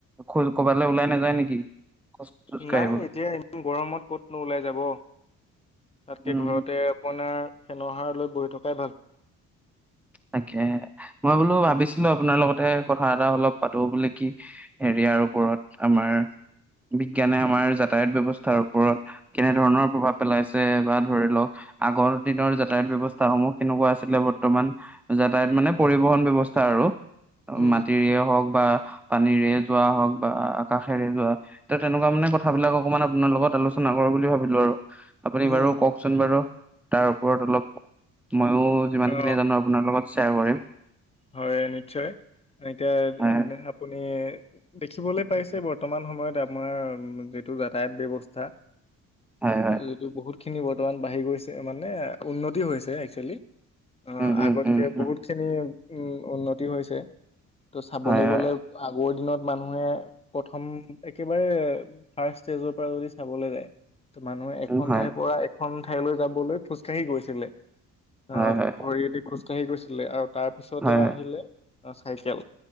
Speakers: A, in the centre; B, on the left (about 20°).
A: খোজ কবালৈ ওলাই নাযায় নেকি? খোজ চোজ কাঢ়িবলৈ
B: নাই এতিয়া এদিন গৰমত ক'ত নো লাই যাব। তাতকে
A: উম।
B: ঘৰতে আপোনাৰ ফেনৰ সাৰ লৈ বহি থকাই ভাল।
A: তাকে মই বোলো ভাবিছিলো আপোনাৰ লগতে কথা এটা অলপ পাতো বোলে কি হেৰি। ইয়াৰ ওপৰত আমাৰ। বিজ্ঞানে আমাৰ যাতায়াত ব্য্ৱস্থাৰ ওপৰত কেনে ধৰণৰ প্ৰভাৱ পেলাইছে বা ধৰি লওক। আগৰ দিনৰ যাতায়াত ব্যৱস্থাস সমূহ কেনেকুৱা আছিলে বৰ্তমান। যাতায়ত মানে পৰিবহন ব্যৱস্থা আৰু
B: উম
A: মাটিৰে হওক বা। পানীৰে যোৱা হওক বা আকাশেৰে যোৱা, তে তেনেকুৱা মানে কথাবিলাক অকনমান আপোনাৰ লগত আলোচনা কৰো বুলি ভাবিলো আৰু আপুনি
B: হম
A: বাৰু কওকচোন বাৰু, তাৰ ওপৰত অলপ মইয়ো যিমান
B: অ
A: খিনি জানো আপোনাৰ লগত - তে
B: হয় নিশ্চয়, এতিয়া
A: হয়
B: আপুনি দেখিবলৈ পাইছে বৰ্তমান সময়ত আপোনাৰ যিটো যাতায়াত ব্যৱস্থা
A: হয় হয়
B: যিটো বহুতখিনি বৰ্তমান বাঢ়ি গৈছে মানে উন্নতি হৈছে একচুৱেলি। আহ
A: উম উম
B: আগতকে
A: উম
B: বহুতখিনি
A: উম।
B: উম, উন্নতি হৈছে। ত' চাবলৈ
A: হয় হয়
B: গ'লে আগৰদিনত মানুহে প্ৰথম একেবাৰে ফাৰ্ট ষ্টেজৰ পৰা যদি চাবলৈ যায়। মানুহে এখন
A: উম হয়
B: ঠাইৰ পৰা এখন ঠাইলৈ যাবলৈ খোজকাাঢ়ি গৈছিলে। আহ
A: হয় হয়
B: ভৰিয়ে দি খোজকাঢ়ি গৈছিলে আৰু তাৰ পিছতে
A: হয় হয়
B: আহিলে অ চাইকেল,